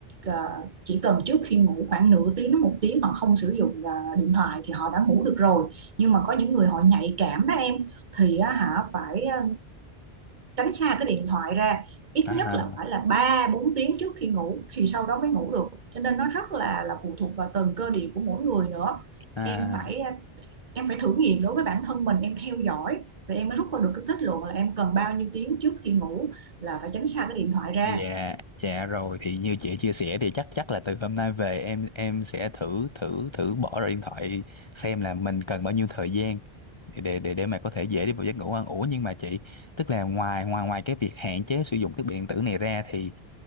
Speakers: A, on the right; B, on the left.
A: ờ, chỉ cần trước khi ngủ khoảng nửa tiếng đến một tiếng họ không sử dụng ờ, điện thoại thì họ đã ngủ được rồi nhưng mà có những người họ nhạy cảm đó em thì á, hả phải ờ, tránh xa cái điện thoại ra ít
B: à
A: nhất là phải là 3 4 tiếng trước khi ngủ thì sau đó mới ngủ được cho nên nó rất là là phụ thuộc vào từng cơ địa của mỗi người nữa
B: à
A: em phải ờ, em phải thử nghiệm đối với bản thân mình em theo dõi rồi em mới rút ra được cái kết luận là em cần bao nhiêu tiếng trước khi ngủ là phải tránh xa cái điện thoại ra
B: dạ dạ rồi thì như chị chia sẻ thì chắc chắc là từ hôm nay về em em sẽ thử thử thử bỏ ra điện thoại xem là mình cần bao nhiêu thời gian để để để để mà có thể dễ đi vào giấc ngủ hơn ủa nhưng mà chị tức là ngoài ngoài ngoài cái việc hạn chế sử dụng thiết bị điện tử này ra thì